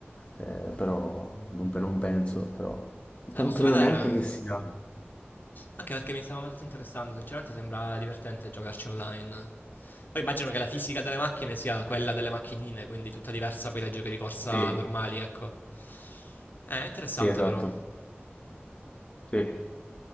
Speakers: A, on the left; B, on the left.
A: eh, però non, pe- non penso, però
B: Eh,
A: non
B: posso
A: credo
B: vedere.
A: neanche che sia.
B: Anche perché mi stava abbastanza interessando, sinceramente sembra divertente giocarci online. Poi immagino che la fisica delle macchine sia quella delle macchinine, quindi tutta diversa poi dai giochi di corsa
A: Sì,
B: normali, ecco. Eh, interessante
A: sì, esatto.
B: però.
A: Sì.